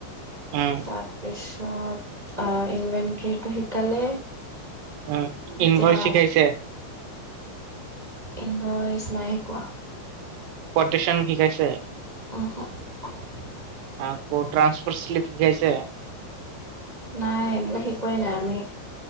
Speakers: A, on the right (about 75°); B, on the right (about 20°).
A: উম
B: তাৰপিছত আ, ইনভেন্টাৰিটো শিকালে।
A: অ'
B: এতিয়া
A: ইনভাৰচি শিকাইছে?
B: ইনভইচ নাই শিকোৱা।
A: পটট্ৰেচন শিকাইছে।
B: <unintelligible>
A: আকৌ ট্ৰান্সফৰস্লি শিকাইছে?
B: নাই এইবিলাক শিকোৱাই নাই আমি